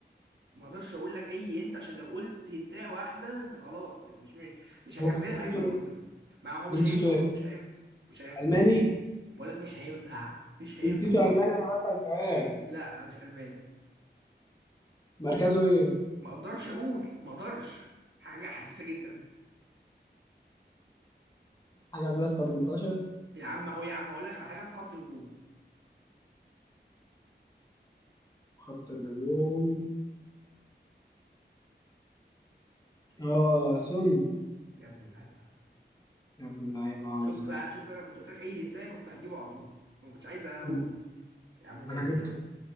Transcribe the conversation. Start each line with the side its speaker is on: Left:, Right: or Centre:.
Right: ما اقدرش اقول لك اي هنت عشان لو قلت هنتايه واحده انت خلاص يعني مش مش مش هكملها
Left: هو جنسيته
Right: هتكون
Left: ايه؟
Right: قلتها ما هو مش
Left: جنسيته
Right: هينفع
Left: ايه؟
Right: بر- مش هينفع مش هينفع
Left: الماني؟
Right: بقول لك مش هينفع مش هينفع
Left: جنسيته
Right: خالص
Left: الماني انا بسأل سؤال
Right: لا مش الماني
Left: مركزه ايه؟
Right: ما اقدرش اقول ما اقدرش حاجه حساسه جدا
Left: حاجه بلس 18
Right: يا عم اهو يا عم اقول لك على حاجه في خط الهجوم
Left: خط الهجوم اه سون
Right: يا ابن اللعيبه
Left: يا ابن اللعيبه
Right: شفت
Left: اه سون
Right: بقى شفت انا كنت قلت لك اي هنتايه كنت هتجيبه على طول ما كنتش عايز اقول
Left: ما
Right: يا عم جامد
Left: انا جبته
Right: يا عم